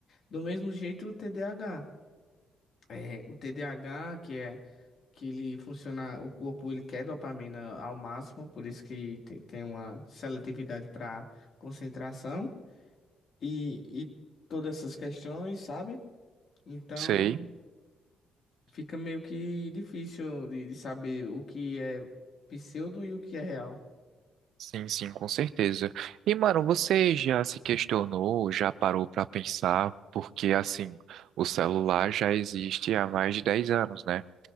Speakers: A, on the left; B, on the right.
A: Do mesmo jeito o TDAH. É, o TDAH, que é que ele funciona, o corpo ele quer dopamina ao máximo, por isso que te- tem, uma seletividade para concentração e, e todas essas questões, sabe? Então
B: Sei.
A: fica meio que difícil de, de saber o que é pseudo e o que é real.
B: Sim, sim, com certeza. E, mano, você já se questionou, já parou pra pensar, porque, assim, o celular já existe há mais de 10 anos, né?